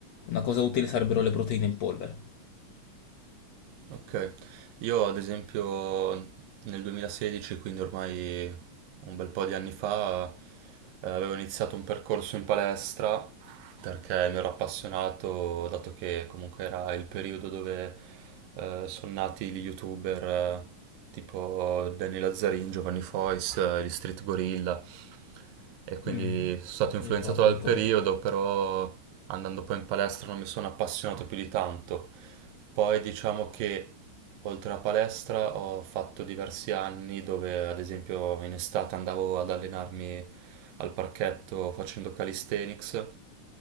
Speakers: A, on the left (about 80°); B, on the right (about 80°).
A: una cosa utile sarebbero le proteine in polvere.
B: Ok, io ad esempio nel 2016, quindi ormai un bel po' di anni fa, eh, avevo iniziato un percorso in palestra perché mi ero appassionato, dato che comunque era il periodo dove eh, sono nati gli youtuber eh, tipo Danny Lazzarin, Giovanni Fois, eh, gli Street Gorilla e quindi
A: Mm.
B: sono stato influenzato
A: Ricordo,
B: dal
A: ricordo.
B: periodo, però andando poi in palestra non mi sono appassionato più di tanto. Poi diciamo che oltre alla palestra ho fatto diversi anni dove ad esempio in estate andavo ad allenarmi al parchetto facendo calisthenics